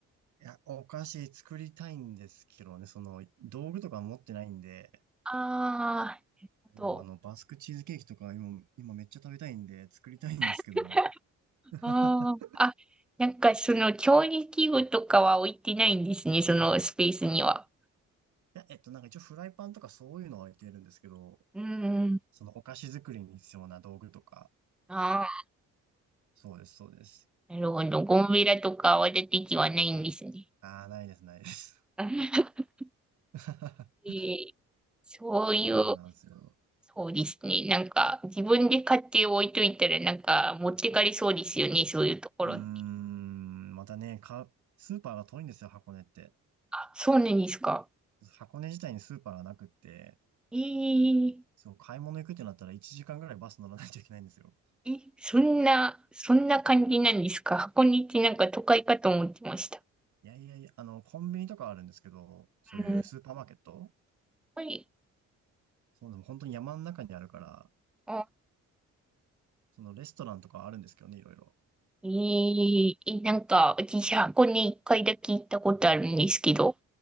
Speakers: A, on the right; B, in the centre.
A: や、お菓子作りたいんですけどね、その、道具とか持ってないんで、
B: ああー、なるほど。
A: こうあの、バスクチーズケーキとか今、今めっちゃ食べたいんで、作りたいんですけど。
B: <laughs>
A: <laughs>
B: あーあ、なんかその調理器具とかは置いてないんですね、そのスペースには。
A: いや、えっと、なんか一応フライパンとかそういうのは置いてるんですけど、
B: うん
A: そのお菓子作りに必要な道具とか、
B: ああ、
A: そうです、そうです。
B: なるほど。ゴムベラとか泡立て器はないんですね。
A: ああ、ないです、ないです。
B: <laughs>
A: <laughs>
B: えーそういう
A: そうなんですよ。
B: そうですね。なんか、自分で買って置いといたら、なんか、持ってかれそうですよね、そういうところって。
A: うーん、またね、か、スーパーが遠いんですよ、箱根って。
B: あそうなんですか。
A: 箱根自体にスーパーがなくって、
B: えー、
A: そう、買い物行くってなったら1時間ぐらいバス乗らないといけないんですよ。
B: え、そんな、そんな感じなんですか。箱根ってなんか都会かと思ってました。
A: いやいやいや、あの、コンビニとかあるんですけど、そういうスーパーマーケット
B: うん。はい。
A: そう、でも本当に山の中にあるから、
B: あ、
A: そのレストランとかあるんですけどね、いろいろ。
B: えー、え、なんか、私、箱根一回だけ行ったことあるんですけど、